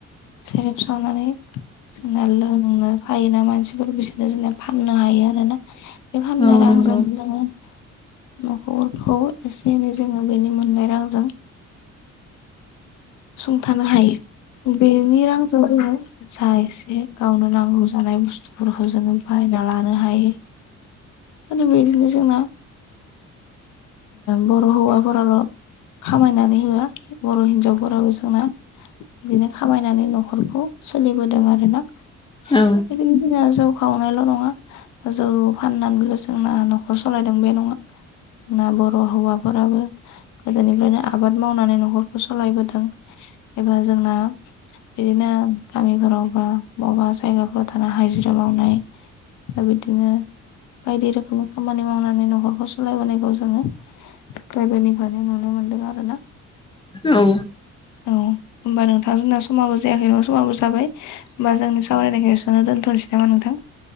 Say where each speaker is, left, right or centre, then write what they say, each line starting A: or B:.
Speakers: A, on the left (about 75°); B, on the left (about 15°).
A: सेरप सावनानै जोंना लोंनो फायोना मानसिफोर बिसोरनो जोंना फाननो हायो आरोना बे फाननाय
B: औ नंगौ
A: रांजों जोङो न'खरफोरखौ एसे -एनै जोङो बेनि मोननाय रांजों सुंथानो हायो बेनि रांजों जोङो जा एसे गावनो नांगौ जानाय बुस्थुफोरखौ जोङो बायना लानो हायो। आरो बिदिनो जोंना बर' हौवाफोराल' खामायनानै होआ बर' हिनजावफोराबो जोंना बिदिनो खामायनानै न'खरखौ सोलिबोदों आरो ना।
B: औ
A: बिदिनो जोंना जौ खावनायल' नङा जौ फाननानैल' जोंना न'खर सालायदों बे नङा। जोंना बर' हौवाफोराबो गोदोनिफ्रायनो आबाद मावनानै न'खरखौ सालायबोदों। एबा जोंना बिदिनो गामिफोराव बा- अबावबा जायगाफोराव थानानै हाजिरा मावनाय दा बिदिनो बायदि रोखोम खामानि मावनानै न'खरखौ सालायबोनायांगौ जोङो गोदोनि फायनो नुनो मोनदों आरोना।
B: औ।
A: औ होमबा नोंथां जोंना समाबो जायाखै नङा समाबो जाबाय होमबा जोंनि सावरायनायखाय एसे आवनो दोनथ'नोसै नामा नोंथां?